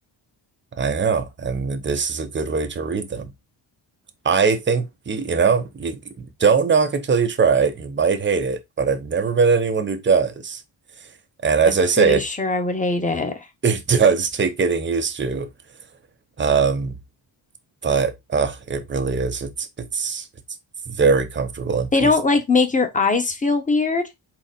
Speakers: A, on the right; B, on the left.
A: I know. And this is a good way to read them. I think you, you know, you don't knock it till you try it. You might hate it, but I've never met anyone who does. And as
B: I'm pretty
A: I say, it
B: sure I would hate it.
A: <laughs> it does take getting used to. Um, but uh, it really is. It's it's it's very comfortable and
B: They
A: peaceful.
B: don't like make your eyes feel weird.